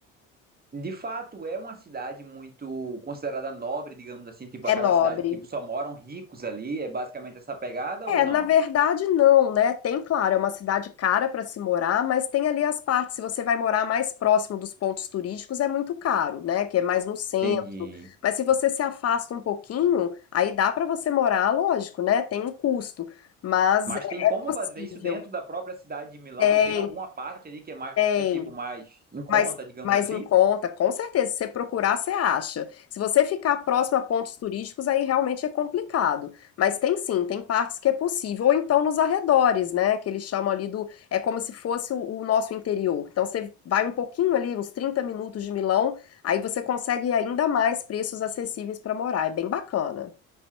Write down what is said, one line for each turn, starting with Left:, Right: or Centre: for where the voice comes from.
Right: de fato é uma cidade muito considerada nobre, digamos assim, tipo aquela
Left: É nobre.
Right: cidade que tipo, só moram ricos ali, é basicamente essa pegada
Left: É,
Right: ou não?
Left: na verdade não, né? Tem, claro, é uma cidade cara para se morar, mas tem ali as partes. Se você vai morar mais próximo dos pontos turísticos, é muito caro, né? Que é mais no centro.
Right: Entendi.
Left: Mas se você se afasta um pouquinho, aí dá para você morar, lógico, né? Tem um custo, mas
Right: Mas
Left: é é
Right: tem como
Left: possível.
Right: fazer isso dentro da própria cidade de Milão?
Left: Tem,
Right: Tem alguma parte ali que é mais,
Left: tem.
Right: tipo, mais em conta,
Left: Mas,
Right: digamos
Left: mas
Right: assim?
Left: em conta, com certeza, se você procurar, você acha. Se você ficar próximo a pontos turísticos, aí realmente é complicado. Mas tem sim, tem partes que é possível. Ou então nos arredores, né? Que eles chamam ali do. É como se fosse o, o nosso interior. Então você vai um pouquinho ali, uns 30 minutos de Milão, aí você consegue ainda mais preços acessíveis para morar. É bem bacana.